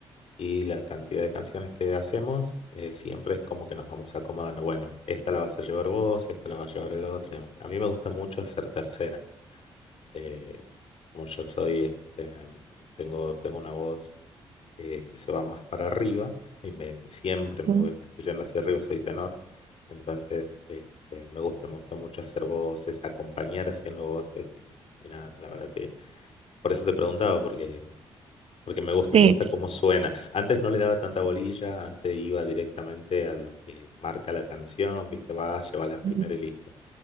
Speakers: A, on the left (about 55°); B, on the right (about 55°).
A: y la cantidad de canciones que hacemos, eh, siempre es como que nos vamos acomodando. Bueno, esta la vas a llevar vos, esta la va a llevar el otro. y demás. A mí me gusta mucho hacer terceras. eh, como yo soy, este, tengo, tengo una voz eh, que se va más para arriba y me, siempre me
B: Sí,
A: voy, me estoy yendo hacia arriba, soy tenor. Entonces, este, me gusta, me gusta mucho hacer voces, acompañar haciendo voces y, y nada, la verdad que por eso te preguntaba, porque porque me gusta,
B: sí.
A: me gusta
B: sí.
A: cómo suena. Antes no le daba tanta bolilla, antes iba directamente a lo que marca la canción, viste, vas, llevas la primera
B: Ujú.
A: y listo.